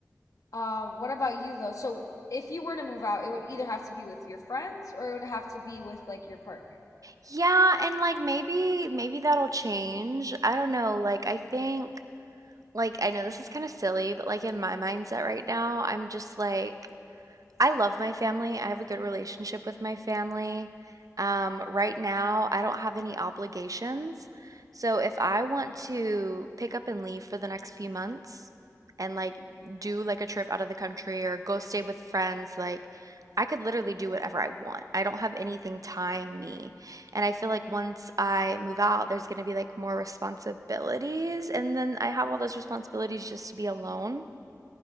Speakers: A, on the left; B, on the right.
A: Uh, what about you though? So if you were to move out, it would either have to be with your friends or it would have to be with like your partner.
B: Yeah, and like maybe maybe that'll change. I don't know. Like I think like I know this is kind of silly, but like in my mindset right now, I'm just like I love my family. I have a good relationship with my family. Um, right now, I don't have any obligations. So if I want to pick up and leave for the next few months and like do like a trip out of the country or go stay with friends, like I could literally do whatever I want. I don't have anything tying me. And I feel like once I move out, there's going to be like more responsibilities. And then I have all those responsibilities just to be alone.